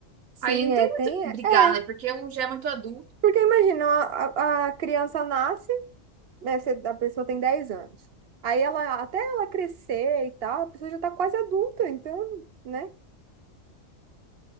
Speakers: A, on the right; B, on the right.
A: Sim,
B: Aí não
A: é,
B: tem
A: tem.
B: muito brigar,
A: É, é,
B: né? Porque um já é muito adulto,
A: porque imagina, a, a a criança nasce. né, você- a pessoa tem 10 anos. Aí ela, até ela crescer e tal, a pessoa já tá quase adulta, então, né?